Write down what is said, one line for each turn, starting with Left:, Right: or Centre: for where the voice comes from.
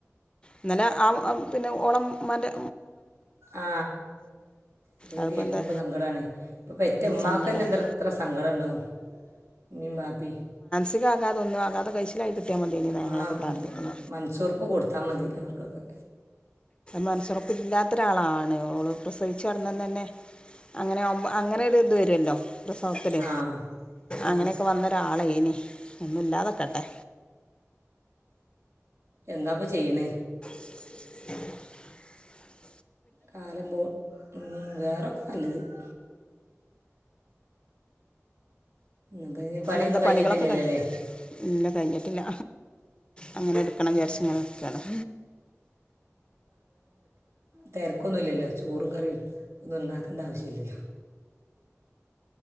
Left: ഇന്നലെ ആ പിന്നെ ഓളെ ഉമ്മാന്റെ
Right: ആ അത്
Left: അതിപ്പോൾ
Right: കേക്കുമ്പോ
Left: എന്താ
Right: സങ്കടണ് പെറ്റ ഉമ്മാക്ക്
Left: സങ്കടമാണ്
Right: തന്നെ എത്ര സങ്കടം ഉണ്ടാവും ഇമ്മീ ബാപ്പി ഇല്ല
Left: ആകതെന്ന ആാെ ക <unintelligible> ശരിയായി കിട്ടിയാൽ മതിയേനിന് ഞങ്ങളൊക്കെ
Right: ആ
Left: പ്രാർത്ഥിക്കുന്ന
Right: മനസ്സുറപ്പ് കൊടുത്താൽ മതി അവർക്കൊക്കെ
Left: മനസുറപ്പില്ലാത്ത ഒരാളാണ് ആ ഓള് പ്രസവിച്ചടന്നന്ന് തന്നെ അങ്ങനെ അങ്ങനെ ഒരു വരുല്ലോ അ സൗത്തില്
Right: ആ ആ
Left: അങ്ങനെയൊക്കെ വന്നൊരാളായി ഇനി <unintelligible> ഒന്നുംല്ലാതൊക്കട്ടെ
Right: എന്താപ്പ ചെയ്യണ്
Left: ഉ
Right: കാലം പോട്ട വേറെ അല് <unintelligible> അപ്പ ഇ പണിയൊന്നും
Left: എന്താ
Right: കഴിഞ്ഞിട്ടില്ലല്ലോല്ലേ
Left: പണികളൊക്കെ കഴി ഇല്ല കഴിഞ്ഞിട്ടില്ല അങ്ങനെ എടുക്കണം <unintelligible> ചരിച്ചഞ എക്കണം
Right: തിരക്കൊന്നുഇല്ലോ ചോറും കറിയും ഒന്നും ഉണ്ടാക്കില്ല അതിന്റ ആവിശ്യം ഇല്ല